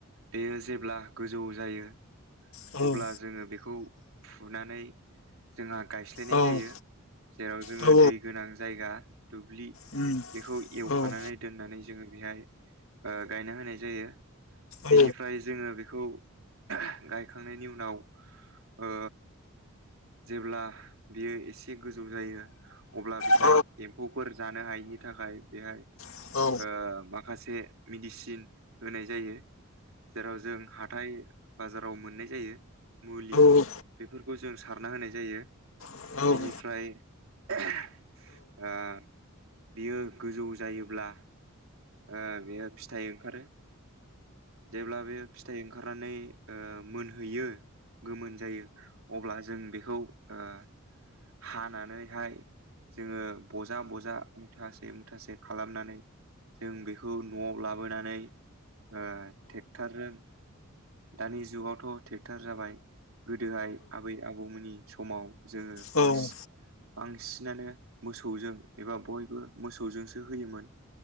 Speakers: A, on the right; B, on the left.
A: बेयो जेब्ला गोजौ जायो
B: औ
A: अब्ला जोङो बेखौ फुनानै जोंहा गायस्लायनाय
B: औ
A: जायो जेराव जोङो
B: औ
A: दै गोनां जायगा दुब्लि
B: उम
A: बेखौ एवखानानै
B: औ
A: दोननानै जोङो बेहाय गायना होनाय जायो
B: औ
A: बेनिफ्राय जोङो बेखौ <unintelligible> गायखांनायनि उनाव ओ जेब्ला बियो एसे गोजौ जायो। अब्ला बेहाय
B: औ
A: एम्फौफोर जानो हायैनि थाखाय बेहाय
B: औ
A: ओ माखासे मेडिसिन होनाय जायो। जेराव जों हाथाय बाजाराव मोननाय जायो मुलि
B: औ
A: बेफोरखौ जों सारना होनाय जायो
B: उम
A: बेनिफ्राय <unintelligible> ओ बियो गोजौ जायोब्ला ओ बेयो फिथाइ ओंखारो जेब्ला बे फिथाइ ओंखारनानै ओ मोनहैयो गोमोन जायो अब्ला जों बेखौ ओ हानानैहाय जोङो बजा बजा मुथासे मुथासे खालामनानै जों बेखौ न'आव लाबोनानै ओ टेक्टरजों दानि जुगावथ' टेक्टर जाबाय गोदोहाय आबै आबौमोननि समाव जोङो
B: औ
A: बांसिन
B: औ
A: बांसिनानो मोसौजों एबा बयबो मोसौजोंसो होयोमोन